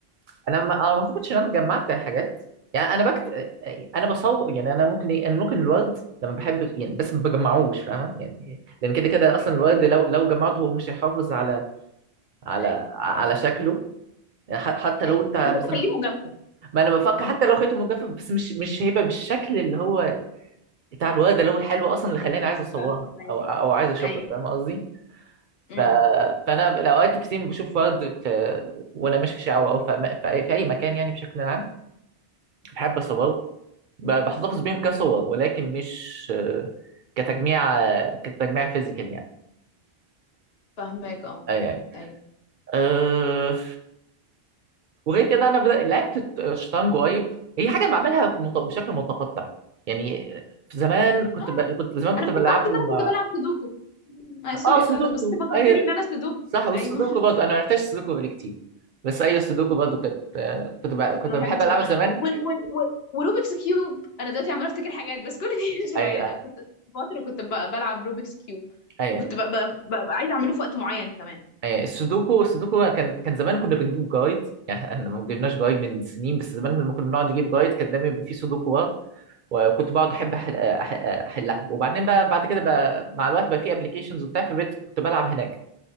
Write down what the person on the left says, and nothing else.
مم.
ايوه
ايوه
ممكن
تخليه مجابكة
اه
فاهمك
ايوه
امم
فاهمك اه
ايوه
آه.
انا افتكرت
ان انا
كنت بلعب سودوكو آه سوري
قطعتك بس انت فكرتني
ان انا سودوكو
ايوه <laughs>
كنت بحب
سودوكو
وال وال وال وروبكس كيوب انا دلوقتي عماله افتكر حاجات بس كل دي <laughs>
شويه كنت فتره كنت ب- بلعب روبكس كيوب
وكنت ب- ب- ب- عايزه اعمله في وقت معين كمان